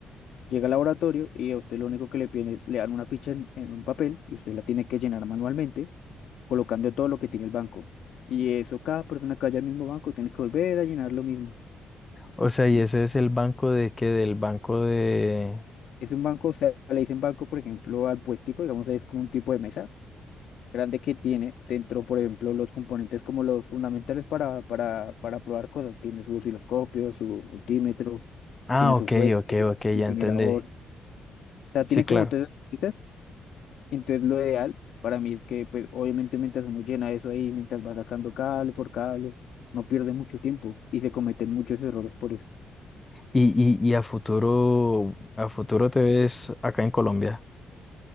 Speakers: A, on the left; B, on the left.
A: llega al laboratorio y a usted lo único que le piden es, le dan una ficha en, en un papel y usted la tiene que llenar manualmente, colocando todo lo que tiene el banco. Y eso cada persona que vaya al mismo banco tiene que volver a llenar lo mismo.
B: O sea, y
A: Y
B: ese es el banco de qué, del banco de...
A: Es un banco, o sea, le dicen banco, por ejemplo, al puestico, digamos, es como un tipo de mesa grande que tiene dentro, por ejemplo, los componentes como los fundamentales para, para, para probar cosas. Tiene su osciloscopio, su multímetro,
B: Ah,
A: tiene su
B: ok,
A: fuente,
B: ok, ok,
A: su
B: ya
A: generador.
B: entendí.
A: O sea,
B: Sí,
A: tiene
B: claro.
A: como todas esas cositas. Entonces, lo ideal para mí es que, pues, obviamente, mientras uno llena eso ahí, mientras va sacando cable por cable, no pierde mucho tiempo y se cometen muchos errores por eso.
B: Y, y, y a futuro, a futuro te ves acá en Colombia.